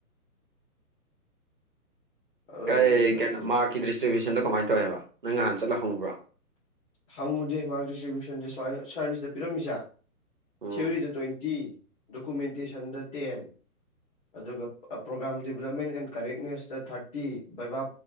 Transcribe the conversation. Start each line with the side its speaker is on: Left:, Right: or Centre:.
Left: <inaudible> ꯑꯗꯨꯗꯨꯒꯤꯅꯤꯗ
Right: ꯀꯩ ꯀꯩꯅꯣ
Left: ꯑꯩꯁꯨ
Right: ꯃꯥꯒꯤ ꯗꯤꯁꯇ꯭ꯔꯤꯕ꯭ꯌꯨꯁꯟꯗꯣ ꯀꯃꯥꯏꯅ ꯇꯧꯋꯦꯕ ꯅꯪ ꯅꯍꯥꯟ ꯆꯠꯂꯍꯪꯕ꯭ꯔꯣ
Left: ꯍꯪꯉꯨꯗꯦ ꯃꯥꯛ ꯗꯤꯁꯇ꯭ꯔꯤꯕ꯭ꯌꯨꯁꯟꯁꯦ ꯁꯨꯃꯥꯏꯅ ꯁꯔꯕꯤꯁꯗ ꯄꯤꯔꯝꯃꯤꯁꯦ
Right: ꯎꯝ
Left: ꯊꯤꯑꯣꯔꯤꯗ ꯇ꯭ꯋꯦꯟꯇꯤ ꯗꯣꯀꯨꯃꯦꯟꯇꯦꯁꯟꯗ ꯇꯦꯟ ꯑꯗꯨꯒ ꯄ꯭ꯔꯣꯒꯥ꯭ꯔꯥꯝ ꯗꯤꯕꯂꯞꯃꯦꯟ ꯑꯦꯟ ꯀꯔꯦꯛꯅꯦꯁꯇ ꯊꯥꯔꯇꯤ ꯕꯩꯕꯥ